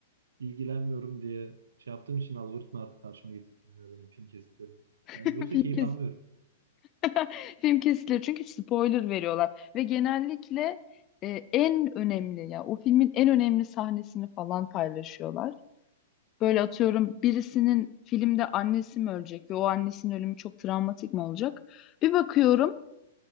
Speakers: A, on the right (about 70°); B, on the left (about 30°).
A: ilgilenmiyorum diye şey yaptığım için algoritma artık karşıma getirmiyor benim film kesitlerim yani
B: <laughs>
A: yoksa
B: Film,
A: keyif
B: kes
A: almıyorum
B: <laughs> film kesiliyor çünkü spoiler veriyorlar ve genellikle e, en önemli ya o filmin en önemli sahnesini falan paylaşıyorlar. Böyle atıyorum birisinin filmde annesi mi ölecek ve o annesinin ölümü çok travmatik mi olacak? Bir bakıyorum